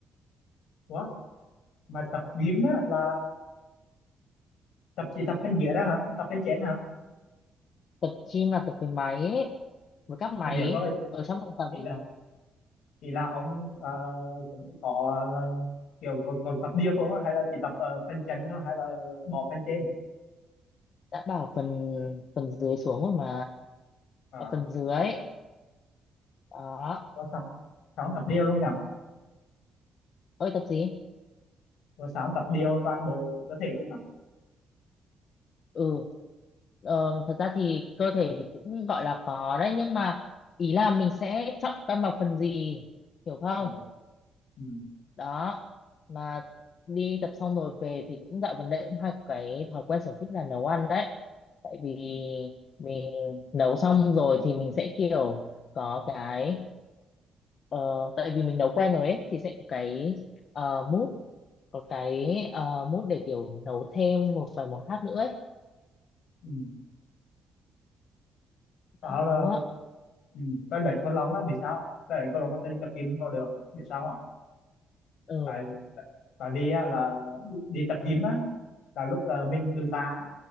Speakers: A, on the left; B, on the left.
A: Ủa mà tập gym á là tập chỉ tập thân dưới đó hả không tập thân trên hả
B: tập gym là tập cái máy ấy với các máy
A: thì biết
B: ấy,
A: rồi
B: ở trong phòng tập
A: thì
B: ấy
A: là thì là ông ờ, cũng có ờ, kiểu có, có tập điều không á? hay là chỉ tập uh, phần chấn thôi hay là bỏ phần trên
B: đã bảo phần phần dưới xuống rồi mà
A: à
B: là phần dưới đó
A: có sáu sáu tập điều luôn nhỉ
B: ơi tập gì
A: có sáu tập điều toàn bộ cơ thể luôn nhỉ
B: ừ ờ, thật ra thì cơ thể thì cũng gọi là có đấy nhưng mà ý là mình sẽ trọng tâm vào phần gì hiểu không
A: ờ ừ
B: đó mà đi tập xong rồi về thì cũng dạo gần đây cũng hay có cái thói quen sở thích là nấu ăn đấy tại vì
A: ừ
B: mình nấu xong rồi thì mình sẽ kiểu có cái ờ, tại vì mình nấu quen rồi ấy thì sẽ có cái uh, mood có cái ờ, mút để kiểu nấu thêm một vài món khác nữa ấy
A: ừ. đó
B: đó
A: là ừ. tôi đánh con lóng á vì sao tôi đánh con lóng mà tôi đi tập gym không có được vì sao không
B: ừ.
A: tại tại tại vì á, là đi, đi tập gym á là lúc ờ, mình
B: Ừ.
A: từ tá